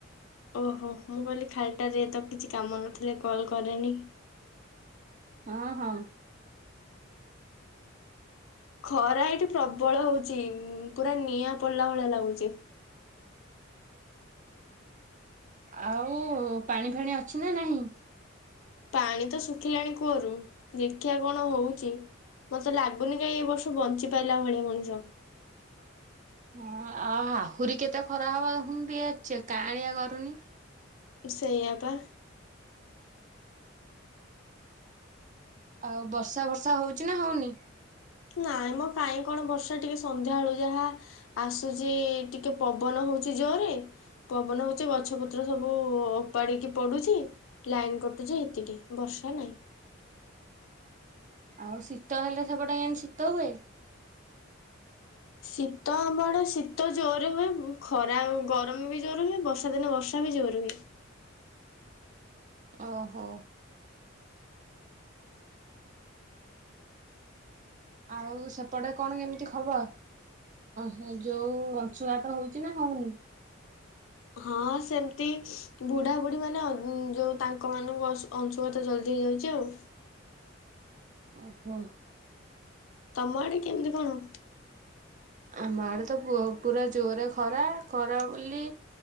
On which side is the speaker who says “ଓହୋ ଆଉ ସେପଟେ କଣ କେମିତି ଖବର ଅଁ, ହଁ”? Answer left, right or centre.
Right